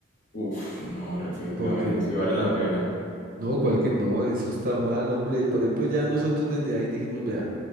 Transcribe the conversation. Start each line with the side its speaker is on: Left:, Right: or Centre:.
Left: uf, no, definitivamente
Right: Porque...
Left: así vale
Right: Porque
Left: la pena.
Right: No, cualquier, no, eso está mal, hombre. Por ejemplo, ya nosotros desde ahí dijimos, vea,